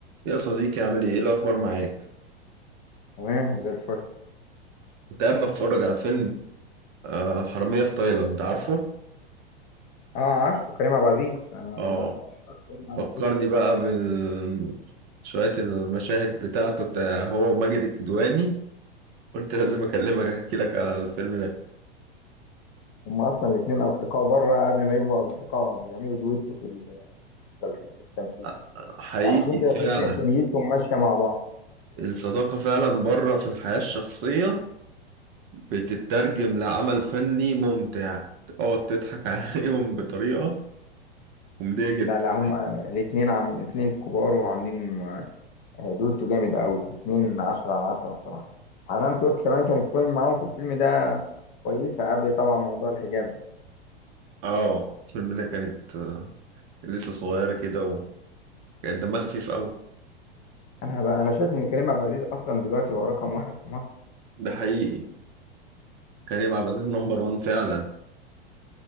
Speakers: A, on the right (about 30°); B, on the left (about 30°).
A: يا صديقي عامل ايه؟ ايه الأخبار معاك؟
B: تمام زي الفل
A: كنت قاعد بتفرج على فيلم آه حرامية في تايلاند عارفه؟
B: اه عارفه كريم عبد العزيز انا
A: اه
B: من عشاق كريم عبد
A: فكرني
B: العزيز
A: بقى بال شوية المشاهد بتاعته بتاع هو ماجد الكدواني قلت لازم أكلمك أحكي لك على الفيلم ده
B: هم اصلا الاثنين اصدقاء بره قبل ما يبقوا اصدقاء بيعملوا دويتو في ال- في التمثيل
A: آه، حقيقي
B: عشان كده
A: فعلا
B: تحس ان كميتهم ماشيه مع بعض
A: الصداقة فعلا بره في الحياة الشخصية بتترجم لعمل فني ممتع تقعد تضحك <laughs> عليهم بطريقة كوميدية جدا
B: لا لا هم الاثنين عم الاثنين كبار وعاملين آه، دويتو جامد قوي الاثنين 10 على 10 بصراحه حنان ترك كمان كانت فيلم معاهم في الفيلم ده كويسه قبل طبعا موضوع الحجاب ده
A: اه الفيلم ده كانت آه، لسه صغيرة كده كان دمها خفيف قوي
B: انا بقى انا شايف ان كريم عبد العزيز اصلا دلوقتي هو رقم واحد في مصر
A: ده حقيقي كريم عبد العزيز نمبر وان فعلا